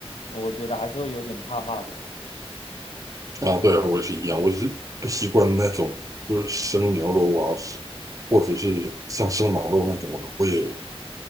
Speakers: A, on the left (about 75°); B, on the right (about 35°).
A: 我觉得还是会有点怕怕的啦
B: 啊。对，我也是一样，我是不习惯那种就是生牛肉啊，是或者是像生马肉那种，我也